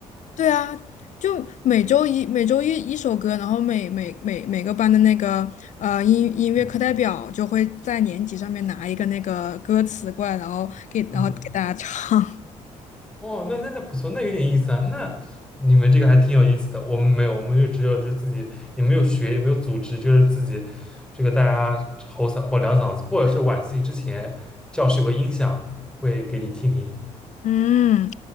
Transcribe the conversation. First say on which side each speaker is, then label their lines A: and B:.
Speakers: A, on the left; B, in the centre.
A: 对啊，就每周一每周一一首歌，然后每每每每个班的那个呃音音乐课代表就会在年级上面拿一个那个歌词过来，
B: 嗯
A: 然后给然后给大家唱。
B: 嗯。哦，那那那不错，那有点意思啊。那你们这个还挺有意思的，我们没有，我们就只有就自己也没有学，也没有组织，就是自己这个大家吼嗓吼两嗓子，或者是晚自习之前教室有个音响会给你听听。
A: <laughs> 嗯，